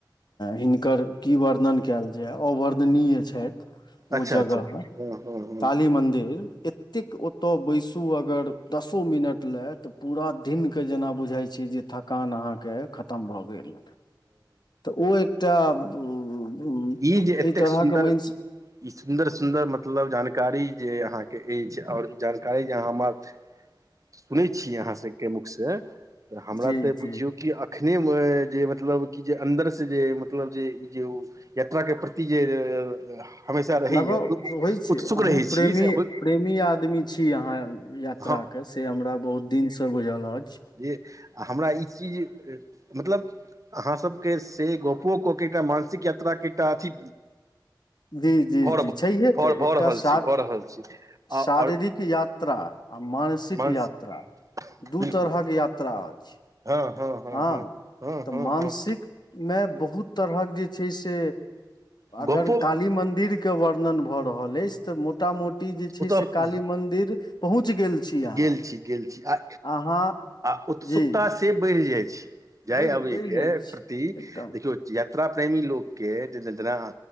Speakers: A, on the left; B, on the right.
A: हिनकर की वर्णन कयल जाय अवर्णनीय छथि ओ
B: अच्छा
A: जगह
B: अच्छा हूँ हूँ हूँ
A: काली मदिर ए एतेक ओतय बैसू अगर दसो मिनट लए तऽ पूरा दिनके जेना बुझाइ छै जे थकान अहाँके खतम भए गेल तऽ ओ एकटा उ ह
B: ई जे
A: एहि
B: एतेक
A: तरहके
B: सुन्दर
A: म
B: ई सुन्दर सुन्दर मतलब जानकारी जे अहाँके अछि आओर ई जानकारी जे अहाँ हमर सुनै छियै अहाँ सबके मुख से तऽ हमरा
A: जी
B: तऽ
A: जी
B: बुझियौ कि एखने जे मतलब कि जे अन्दर से जे मतलब जे ई जे ओ यात्रा के प्रति जे हमेशा रहैय
A: लगाव होइ छै
B: उत्सुक
A: अहूँ
B: रहै
A: प्रेमी
B: छी से
A: प्रेमी आदमी छी अहाँ यात्रा
B: हम
A: के से हमरा बहुत दिन से बुझल अछि
B: जे आ हमरा ई चीज मतलब अहाँ सबके से गपो कऽ के एकटा मानसिक यात्रा के एकटा अथी
A: जी जी
B: भऽ
A: जी छैहे
B: भऽ
A: तऽ
B: भऽ
A: एकटा
B: रहल
A: शार
B: छी भऽ रहल छी आओर
A: शारीरिक याता यात्रा आ मानसिक
B: मांस
A: यात्रा दू
B: बिलकुल
A: तरहक यात्रा होइ अछि
B: हँ हँ
A: हँ
B: हँ
A: तऽ
B: हँ
A: मानसिक
B: हँ
A: मे बहुत तरहक जे छै से अगर
B: गप्पो
A: काली मन्दिर के वर्णन भऽ रहल अछि तऽ मोटा मोटी जे छै
B: ओतय
A: से काली मंदिर पहुँच गेल छी अहाँ
B: गेल छी गेल छी आ
A: अहाँ
B: आ उत्सुकताास
A: जी
B: से बढ़ि जाइ छी जाय
A: बढ़ि
B: अबी
A: बढ़ि
B: के
A: जाइ छी
B: प्रति
A: एकदम
B: देखियौ यात्रा प्रेमी लोकके जे जेना